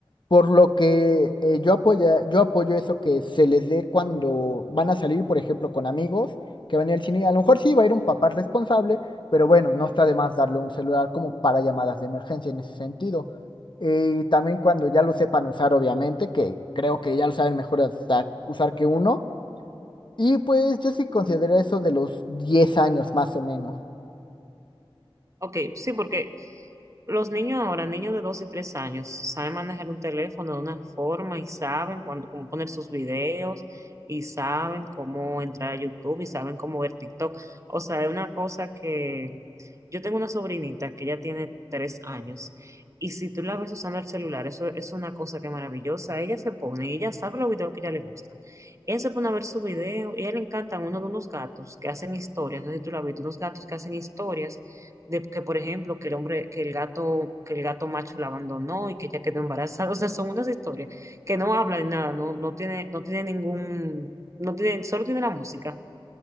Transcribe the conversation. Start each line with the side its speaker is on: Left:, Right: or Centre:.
Left: por lo que eh, yo apoya, yo apoyo eso que se les dé cuando van a salir, por ejemplo, con amigos que van a ir al cine, a lo mejor sí va a ir un papá responsable pero bueno, no está de más darle un celular como para llamadas de emergencia en ese sentido. Y también cuando ya lo sepan usar, obviamente, que creo que ya lo saben mejor hasta usar que uno. Y pues yo sí considero eso de los 10 años más o menos.
Right: Ok, sí, porque los niños ahora, niños de 2 y 3 años, saben manejar un teléfono de una forma y saben cuándo, cómo poner sus videos y saben cómo entrar a YouTube y saben cómo ver TikTok. O sea, es una cosa que yo tengo una sobrinita que ya tiene 3 años y si tú la ves usando el celular, eso es una cosa que es maravillosa. Ella se pone, y ella sabe los videos que a ella le gustan. Ella se pone a ver su video y a ella le encantan uno de unos gatos que hacen historias, no sé si tú la has visto, unos gatos que hacen historias de que, por ejemplo, que el hombre, que el gato, que el gato macho la abandonó y que ella quedó embarazada. O sea, son unas historias que no hablan nada, no, no tiene, no tiene ningún, no tiene, solo tiene la música.